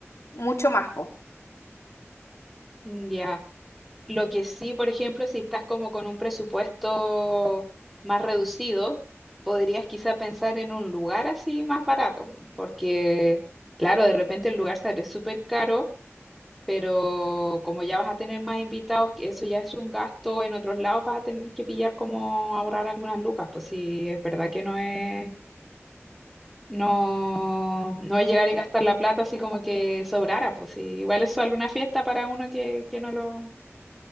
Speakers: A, on the left (about 75°); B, in the centre.
A: mucho más, po.
B: Mm, Ya. Lo que sí, por ejemplo, si estás como con un presupuesto más reducido, podrías quizá pensar en un lugar así más barato, porque claro, de repente el lugar sale súper caro, pero como ya vas a tener más invitados, que eso ya es un gasto, en otros lados vas a tener que pillar como ahorrar algunas lucas, pues sí, es verdad que no es No, no es llegar y gastar la plata así como que sobrara, pues sí, igual es solo una fiesta para uno que, que no lo,